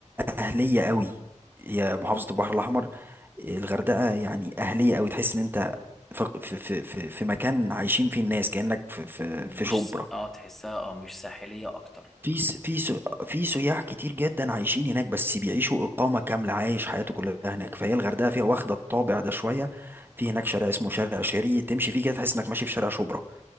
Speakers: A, on the right; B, in the centre.
A: أهلية قوي هي محافظة البحر الأحمر الغردقة يعني أهلية قوي تحس إن أنت في في في في في مكان عايشين فيه الناس كأنك في في في
B: مش
A: شبرا
B: س- آه تحسها آه مش ساحلية أكتر
A: في س- في س- في سياح كتير جدا عايشين هناك بس بيعيشوا إقامة كاملة عايش حياته كلها هناك فهي الغردقة فيها واخدة الطابع ده شوية في هناك شارع اسمه شارع شيري تمشي فيه كده تحس إنك ماشي في شارع شبرا